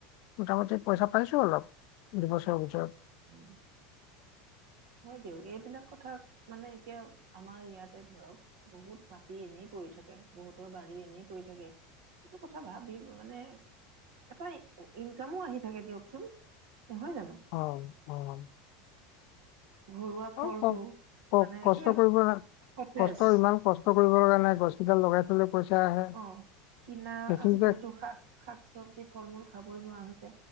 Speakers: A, on the left; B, on the right.
A: মোটামুটি পইচা পাইছো অলপ। দুবছৰ ভিতৰত
B: উম, হয় দিয়ক, এইবিলাক কথা মানে এতিয়া আমাৰ ইয়াতে ধৰক বহুত মাটি এনেই পৰি থাকে। বহুতৰ বাৰী এনেই পৰি থাকে। সেইটো কথা ভাবি মানে, এটা ইনকামো আহি থাকে দিয়কচোন। নহয় জানো
A: অ, অ
B: ঘৰুৱা ফলটো
A: অহ, কওক, কওক
B: মানে
A: কষ্ট
B: একে
A: কৰিব কাৰণে
B: সতেজ
A: কষ্ট ইমান কষ্ট কৰিব কাৰণে গছ কেইডাল লগাই থলে। পইচা আহে
B: অহ, কিনা
A: সেইখিনিতে
B: আজিকালিতো শাক, শাক চবজি ফল মূল। খাবই নোৱাৰা হৈছে।